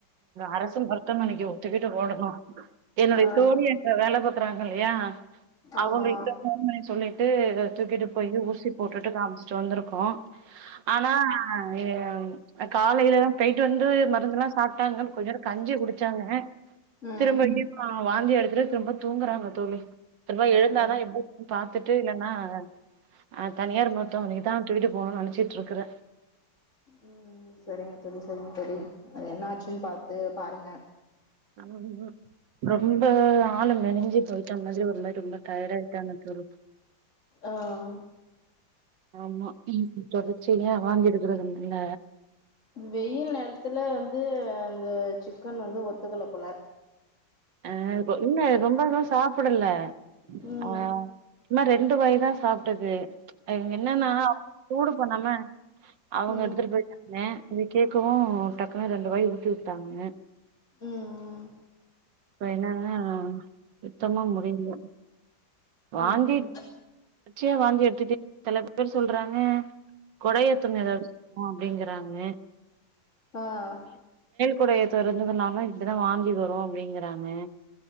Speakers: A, on the right (about 75°); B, on the left (about 40°).
A: அரசு மருத்துமனைக்கு ஒத்துக்கிட்டு ஒடணும் என்னுடைய
B: ஆ
A: தோழி அங்க வேலை ல்லையா அவுங்கிட்ட
B: ஆமா
A: போன் பண்ணி சொல்லிட்டு தூக்கிட்டு போய் ஊசி போட்டுட்டு காமிச்சுட்டு வந்துருக்கேம் ஆ ஆனா ஏ காலையில்லாம் போயிட்டு வந்து மருந்ததெல்லாம் சாப்ட்டாங்க கொஞ்ச நேரம் கஞ்சி குடிச்சாங்க
B: ம்
A: திரும்ப வாந்தி எடுத்துடு ரொம்ப தூங்குறாங்க தோழி ரப எழுந்தாதான்
B: ஆ
A: எப்படினு பாத்துட்டு இல்லன்னா ஆஹ் தனியார் மருத்துவமனைக்குதான் துக்கீட்டு போணும்னு நெனைச்சிட்டுருக்கறேன்
B: உஹம் சரிங்க தோழி சரிங்க தோழி அது என்ன ஆச்சுன்னு பாத்து பாருங்க
A: ஆ ரொம்ப ஆளு மெனுஞ்சு போயிட்டா அந்த மாரி ஒரு மாரி ரொம்ப டயாடாட்டாங்க சொலு
B: ஆஹ்
A: ஆமா தொடர்ச்சிய வாந்தியேடுகுறதுனல்ல
B: வெயில் நேரத்துல வந்து இந்த சிக்கன் வந்து ஒத்துக்கல போல
A: அஹ் இல்ல ரொம்பர சாப்பிடல
B: ம் ம்
A: ஆஹ் சும்ம ரே ரெண்டு வயதான் சாப்பிட்டது எங்க என்னன்னா சூடு பண்ணாம அவங்க
B: ம்
A: எடுத்துட்டு போயிட்டாங்க இத கேட்கவும் டக்குனு ரெண்டுவாய் ஊட்டி விட்டாங்க
B: ம் ம்
A: இப்ப என்னன்னா சுத்தமா முடியல வாந்தி
B: ம்
A: தொடர்ச்சியா வாந்தி எடுத்துட்டே சில பேர் சொல்றாங்க கொடையத்தம் ஏதாவது அப்படிங்கறாங்க
B: ஆஹ்
A: குடைய இருந்ததுனால இப்படிதான் வாந்தி வரும் அப்படின்னு ங்கறாங்க